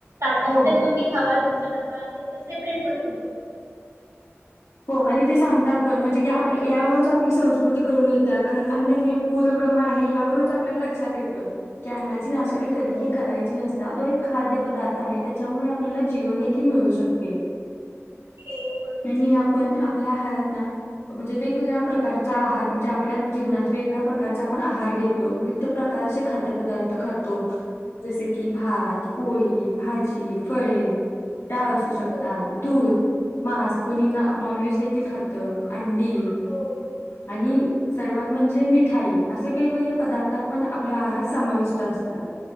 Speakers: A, on the right; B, on the left.
A: ताटातलं
B: हो
A: तुम्ही खावा तुम तुमचा डबा असेल तर सेप्रेट भरून देतो.
B: हो आणि ते सांगतात पण म्हणजे या आपल्या यामुळचं आपली संस्कृती कळून येतीया कारण अन्न हे पूर्ण ब्रम्ह आहे यावरूनच आपल्याला लक्षात येत कि अन्ना नासाडी कधीही
A: हो.
B: करायची नसता तो एक खाद्य
A: करायची
B: पदार्थ आहे,
A: नसते
B: त्याच्यामुळे आपल्याला जीवन एक मिळू शकते.
A: हो बरोबर
B: आणि
A: बोलली
B: आप आपल्या आहारात ना म्हणजे वेगवेगळ्या प्रकारचा आहार म्हणजे, आपल्या जीवनात वेगवेगळ्या प्रकारचा आपण आहार घेतो, विविध प्रकारचे खाद्य पदार्थ खातो, जसे की भात पोळी, भाजी फळे डाळ असू शकतात
A: हो
B: दूध मांस कोणी ना नॉनव्हेज देखील खातं, अंडी
A: हो
B: आणि सर्वात म्हणजे मिठाई असे वेगवेगळे पदार्थ आपण आपल्या आहारात समाविष्ट असतात